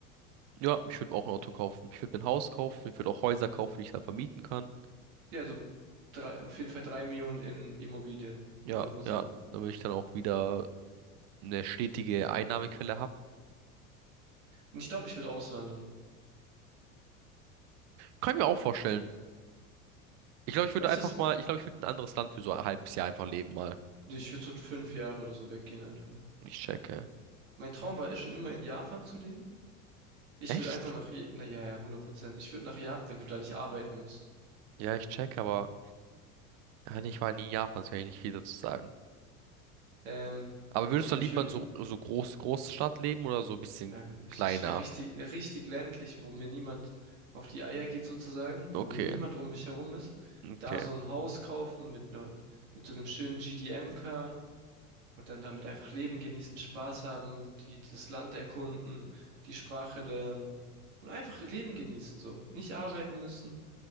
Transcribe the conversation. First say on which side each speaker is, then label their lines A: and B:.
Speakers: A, on the right; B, on the right.
A: Ja, ich würde auch ein Auto kaufen. Ich würde mir ein Haus kaufen. Ich würde auch Häuser kaufen, die ich dann vermieten kann.
B: Ja, also drei, auf jeden Fall drei Millionen in Immobilien.
A: Ja,
B: 100 Prozent.
A: ja, damit ich dann auch wieder eine stetige Einnahmequelle habe.
B: Und ich glaube, ich würde auswandern.
A: Kann ich mir auch vorstellen. Ich glaube, ich würde
B: Weißt
A: einfach
B: du was?
A: mal, ich glaube, ich würde ein anderes Land für so ein halbes Jahr einfach leben mal.
B: Nee, Ich würde so fünf Jahre oder so weggehen einfach.
A: Ich checke.
B: Mein Traum war ja schon immer in Japan zu leben. Ich
A: Echt?
B: würde einfach nach, Je- na ja, ja, 100 Prozent. Ich würde nach Japan, wenn du da nicht arbeiten musst.
A: Ja, ich checke, aber ja, nee, ich war nie in Japan, das kann ich nicht viel dazu sagen.
B: Ähm,
A: Aber würdest
B: also
A: du dann
B: Kyoto.
A: lieber in so, so groß, Großstadt leben oder so ein bisschen
B: Ähm, ich
A: kleiner?
B: ich wäre richtig, richtig ländlich, wo mir niemand auf die Eier geht sozusagen,
A: Okay,
B: wo niemand um mich herum ist.
A: okay.
B: Da so ein Haus kaufen mit ne, mit so einem schönen GDM-Car und dann damit einfach leben, genießen, Spaß haben, die, das Land erkunden, die Sprache lernen und einfach Leben genießen so. Nicht arbeiten
A: Ich,
B: müssen.